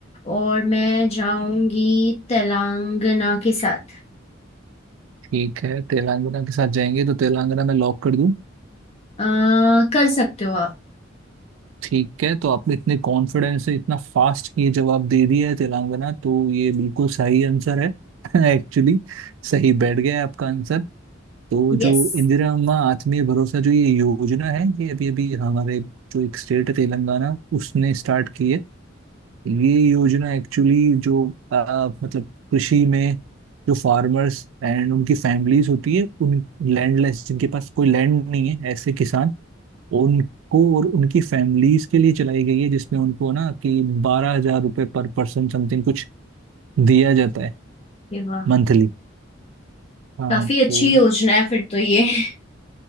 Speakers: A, on the left; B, on the right.
A: और मैं जाऊंगी तेलंगाना के साथ
B: ठीक है तेलंगाना के साथ जाएंगे तो तेलंगाना में लॉक कर दूं
A: अ, कर सकते हो आप
B: ठीक है तो आपने इतने कॉन्फिडेंस से इतना फास्ट ये जवाब दे दिया है तेलंगाना तो ये बिल्कुल सही आंसर है <laughs> एक्चुअली सही बैठ गया है आपका आंसर तो
A: यस
B: जो इंदिरा अम्मा आत्मीय भरोसा जो ये योजना है ये अभी अभी हमारे जो एक स्टेट है तेलंगाना उसने स्टार्ट की है ये योजना एक्चुअली जो आ, मतलब कृषि में जो फार्मर्स एंड उनकी फैमिलीज होती है उन लैंडलेस जिनके पास कोई लैंड नहीं है ऐसे किसान उनको और उनकी फैमिलीज के लिए चलाई गई है जिसमें उनको ना कि बारह हजार रुपये पर पर्सन समथिंग कुछ दिया जाता है
A: वाह
B: मंथली हाँ
A: काफी
B: तो
A: अच्छी योजना है फिर तो ये <laughs>